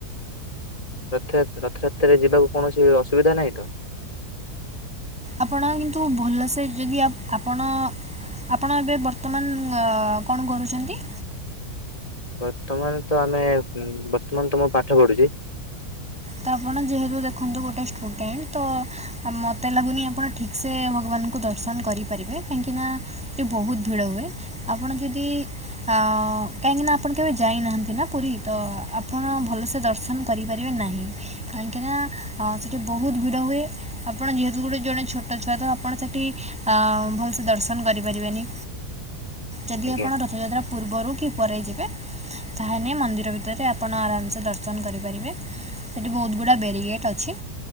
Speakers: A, on the left (about 20°); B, in the centre.
A: ରଥ ରଥଯାତ୍ରାରେ ଯିବାକୁ କୌଣସି ଅସୁବିଧା ନାହିଁ ତ?
B: ଆପଣ କିନ୍ତୁ ଭଲସେ ଯଦି ଆପଣ ଆପଣ ଏବେ ବର୍ତ୍ତମାନ ଗ କଣ କରୁଛନ୍ତି?
A: ବର୍ତ୍ତମାନ ତ ଆମେ ବର୍ତ୍ତମାନ ତ ମୁଁ ପାଠ ପଢୁଛି।
B: ତ ଆପଣ ଯେହେତୁ ଦେଖନ୍ତୁ ଗୋଟେ ଷ୍ଟୁଡେଣ୍ଟ ତ ଆ ମତେ ଲାଗୁନି ଆପଣ ଠିକ୍ ସେ ଭଗବାନଙ୍କୁ ଦର୍ଶନ କରିପାରିବେ କାହିଁକି ନା ସେଠି ବହୁତ ଭିଡ ହୁଏ ଆପଣ ଯଦି ଅ କାହିଁକି ନା ଆପଣ କେବେ ଯାଇନାହାନ୍ତି ନା ପୁରୀ ତ ଆପଣ ଭଲସେ ଦର୍ଶନ କରିପାରିବେ ନାହିଁ। କାହିଁକିନା ସେଠି ବହୁତ ଭିଡ଼ ହୁଏ। ଆପଣ ଯେହେତୁ ଗୋଟେ ଜଣେ ଛୋଟ ଛୁଆ ତ ଆପଣ ସେଠି ଭଲସେ ଦର୍ଶନ କରିପାରିବେନି। ଯଦି
A: ଆଜ୍ଞା
B: ଆପଣ ରଥଯାତ୍ରା ପୂର୍ବରୁ କି ପରେ ଯିବେ ତାହାେଲେ ମନ୍ଦିର ଭିତରେ ଆପଣ ଆରାମସେ ଦର୍ଶନ କରିପାରିବେ। ସେଇଠି ବହୁତ ଗୁଡ଼ା ବେରିଗେଟ୍ ଅଛି